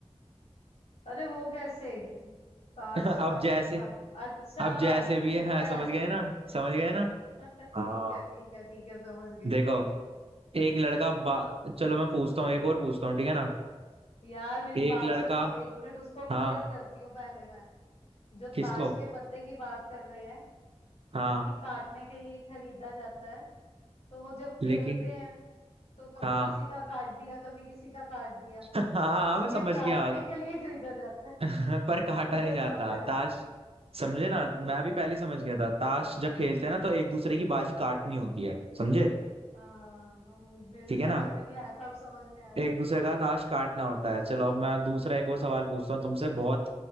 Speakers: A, on the left (about 65°); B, on the right (about 60°).
A: अरे वो कैसे ताश
B: <laughs> अब
A: का
B: जैसे
A: पत्ता अच्छा
B: अब जैसे भी
A: ठीक
B: है हाँ,
A: है
B: समझ गए ना समझ गए ना
A: <laughs>
B: हाँ
A: ठीक है ठीक है ठीक है समझ गई
B: देखो
A: अ-
B: एक लड़का बा... चलो मैं पूछता हूँ एक और पूछता हूँ ठीक है ना
A: यार मेरी
B: एक
A: बात
B: लड़का
A: सुनो एक मिनट उसको
B: हाँ
A: क्लियर करती हूँ पहले मैं जो
B: किसको
A: ताश के पत्ते की बात कर रहे हैं
B: हाँ
A: कि काटने के लिए खरीदा जाता है तो वो जब खेलते
B: लेकिन
A: हैं तो कभी
B: हाँ
A: किसी का काट दिया कभी किसी का काट दिया
B: <laughs> हाँ हाँ
A: ठीक
B: मैं
A: है
B: समझ
A: काटने
B: गया
A: के लिए खरीदा जाता है
B: <laughs> पर
A: <laughs>
B: काटा
A: मुझे
B: नहीं
A: अब
B: जाता
A: समझ आया
B: ताश समझे ना मैं भी पहले ही समझ गया था ताश
A: हाँ
B: जब खेलते हैं ना तो एक दूसरे की बाजी काटनी होती है समझे
A: हाँ हाँ हाँ मेरे
B: ठीक
A: समझ
B: है ना
A: में नहीं आया था अब समझ में आया
B: एक दूसरे का ताश काटना होता है चलो अब मैं दूसरा एक और सवाल पूछता हूँ तुमसे बहुत